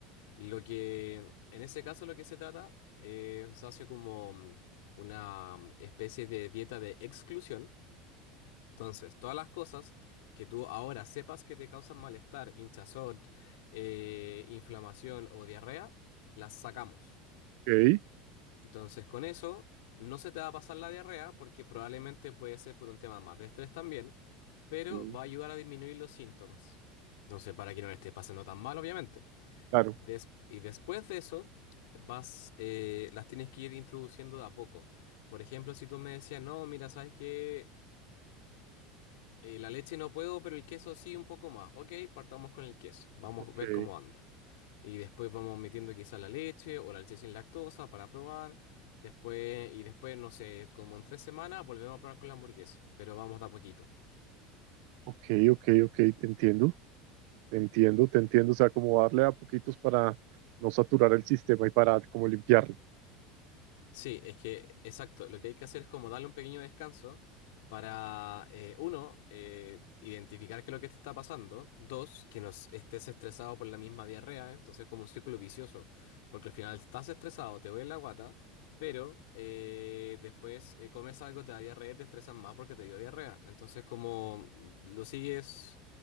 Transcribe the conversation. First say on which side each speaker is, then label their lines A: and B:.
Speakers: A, on the left; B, on the right.
A: lo que en ese caso lo que se trata eh, se hace como mm, una mm, especie de dieta de exclusión entonces, todas las cosas que tú ahora sepas que te causan malestar, hinchazón, eh, inflamación o diarrea, las sacamos.
B: ok,
A: Entonces, con eso no se te va a pasar la diarrea porque probablemente puede ser por un tema más de estrés también, pero
B: ok,
A: va a ayudar a disminuir los síntomas. Entonces, para que no le esté pasando tan mal, obviamente.
B: claro,
A: Des- y después de eso, vas, eh, las tienes que ir introduciendo de a poco. Por ejemplo, si tú me decías, no, mira, sabes que la leche no puedo, pero el queso sí un poco más. Ok, partamos con el queso. Vamos
B: ok,
A: a ver cómo anda. Y después vamos metiendo quizás la leche o la leche sin lactosa para probar. Después, y después, no sé, como en tres semanas volvemos a probar con la hamburguesa. Pero vamos de a poquito.
B: ok, ok, ok, te entiendo, te entiendo, te entiendo, o sea, como darle a poquitos para no saturar el sistema y para como limpiarlo,
A: Sí, es que, exacto, lo que hay que hacer es como darle un pequeño descanso para, eh, uno, eh, identificar qué es lo que te está pasando, dos, que no es- estés estresado por la misma diarrea, ¿eh? entonces es como un círculo vicioso, porque al final estás estresado, te duele la guata, pero eh, después eh, comes algo, te da diarrea, y te estresas más porque te dio diarrea, entonces como lo sigues,